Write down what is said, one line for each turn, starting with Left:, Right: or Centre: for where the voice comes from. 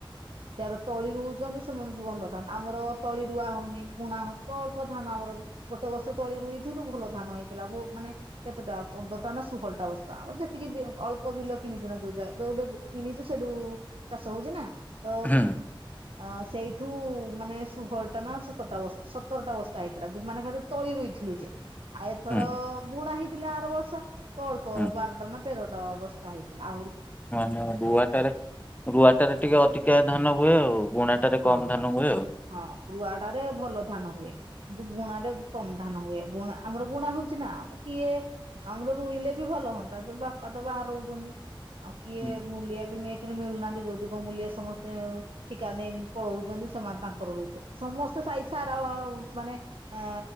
Right: ଯାହାର ତଳି ରୁହୁଛନ୍ତି ସେମାନଙ୍କୁ ଭଲ ଧାନ ଆମର ତଳି ରୁଆ ହଉନି ବୁଣା ହଉ ଅଳପ ଧାନ। ଆମର ଗୋଟେ ବର୍ଷ ତଳେ ରୁଇଥିଲୁ ଭଲ ଧାନ ହେଇଥିଲା ବ ମାନେ କେତେଟା ପନ୍ଦରଟା ନା ଷୋହଳ ଟା ବସ୍ତା ତ ଆମର ଯେତିକି ଅଳ୍ପ ବିଲ କିଣିଛୁ ନା ଯୋଉ ଯୋଉଠୁ କିଣିଛୁ ସେଠୁ ଚାଷ ହଉଛି ନା। ତ
Left: ହୁଁ।
Right: ଅ ସେଇଠୁ ମାନେ ଷୋହଳ ଟା ନା ସତରଟା ବସ୍ତା ସତରଟା ବସ୍ତା ହେଇଥିଲା ମାନେ ଖାଲି ତଳି ରୋଇ ଥିଲୁ ଯେ ଆଉ ଏଥର
Left: ହୁଁ
Right: ବୁଣା ହେଇଥିଲା ଆର ବର୍ଷ ତ ଅଳ୍ପ
Left: ହୁଁ
Right: ବାରଟା ନା ତେରଟା ବସ୍ତା <unintelligible> ଥିଲା ଆ
Left: ନେ ରୁଆଟାରେ ରୁଆଟାରେ ଟିକେ ଅଧିକା ଧାନ ହୁଏ ଆଉ। ବୁଣାଟାରେ କମ
Right: ହଁ
Left: ଧାନ ହୁଏ ଆଉ।
Right: ହଁ ପୁଆଡରେ ଭଲ ଧାନ ହୁଏ। ବୁଣାରେ କମ ଧାନ ହୁଏ ବୁଣା ଆମର ବୁଣା ହଉଛି ନା କିଏ ଆମର ରୋଇଲେ ବି ଭଲ ହୁ ହଁ ଯେ ବାପା ତ ବାହାରେ ରହୁଛନ୍ତି। ଆଉ କିଏ
Left: ହୁଁ
Right: ମୁଲିଆବି ଏକରେ ମିଳୁନାହାନ୍ତି ମୁଲିଆବି ସମସ୍ତେ ଠିକା ନେଇ ପଳଉଛନ୍ତି ସେମାନେ ତାଙ୍କର ରୋହୁଛନ୍ତି ସମସ୍ତେ ସାଇ ସାରା ମାନେ ଅ